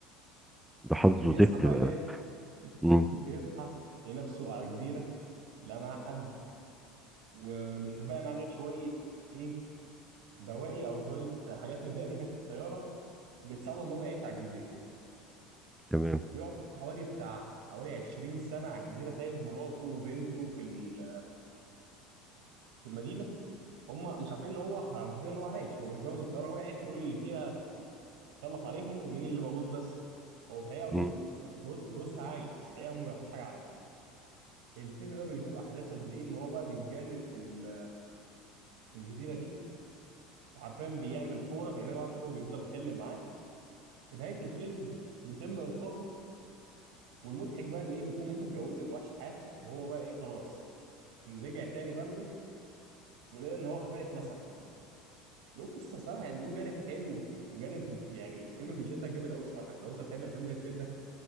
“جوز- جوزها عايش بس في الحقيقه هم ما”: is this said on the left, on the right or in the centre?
Right